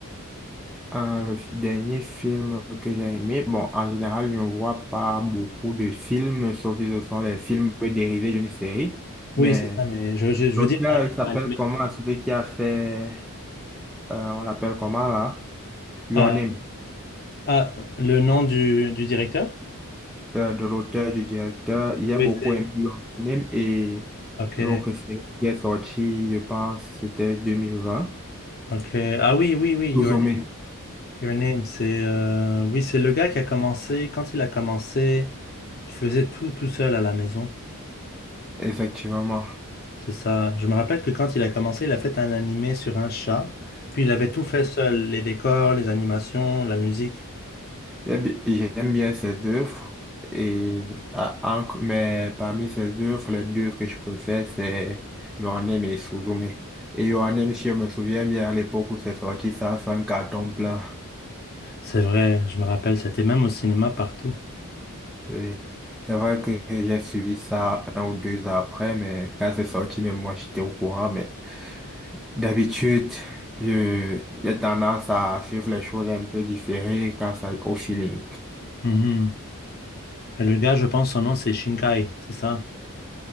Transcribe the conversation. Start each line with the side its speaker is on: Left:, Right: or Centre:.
Centre: Euh, le fi- dernier film que j'ai aimé, bon, en général, je ne vois pas beaucoup de films, sauf si ce sont les films dérivés d'une série.
Left: Oui,
Centre: Mais
Left: c'est ça, mais je, je- je
Centre: l'auteur,
Left: veux dire euh,
Centre: il s'appelle
Left: animé.
Centre: comment? Celui qui a fait, euh, on l'appelle comment là? Your
Left: euh,
Centre: Name,
Left: Ah, le nom du, du directeur?
Centre: euh, de l'auteur, du directeur. J'ai
Left: Oui,
Centre: beaucoup
Left: c'est.
Centre: aimé Your Name et
Left: Ok,
Centre: l'autre série qui est sorti, je pense, c'était 2020.
Left: ok. Ah oui, oui, oui,
Centre: Suzume,
Left: Your, Your Name, c'est. euh, Oui, c'est le gars qui a commencé. Quand il a commencé, il faisait tout tout seul à la maison.
Centre: effectivement.
Left: C'est ça. Je me rappelle que quand il a commencé, il a fait un animé sur un chat. Puis il avait tout fait seul, les décors, les animations, la musique.
Centre: J'aime bi- j'aime bien ses œuvres, et, ah, en- mais parmi ses œuvres, les deux que je préfère, c'est Your Name et Suzume. Et Your Name, si je me souviens bien, à l'époque où c'est sorti, ça a fait un carton plein.
Left: C'est vrai, je me rappelle, c'était même au cinéma partout.
Centre: Oui. C'est vrai que j'ai suivi ça un ou deux ans après, mais quand c'est sorti, même moi, j'étais au courant. Mais d'habitude, je- j'ai tendance à suivre les choses un peu différées quand ça au feeling.
Left: Mhm. Le gars, je pense, son nom, c'est Shinkai, c'est ça?